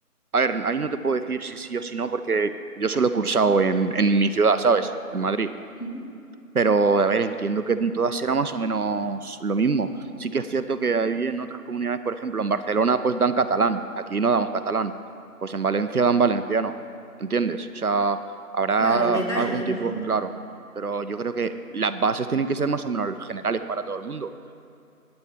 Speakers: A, on the right; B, on the left.
A: A ver, ahí no te puedo decir si sí o si no, porque yo solo he cursado en, en mi ciudad, ¿sabes? En Madrid.
B: Ujú.
A: Pero, a ver, entiendo que en todas será más o menos lo mismo. Sí que es cierto que hay en otras comunidades, por ejemplo, en Barcelona, pues dan catalán. Aquí no damos catalán. Pues en Valencia dan valenciano. ¿Entiendes? O sea, habrá
B: Claro, detalle
A: algún
B: en
A: tipo,
B: el fondo.
A: claro. Pero yo creo que las bases tienen que ser más o menos generales para todo el mundo.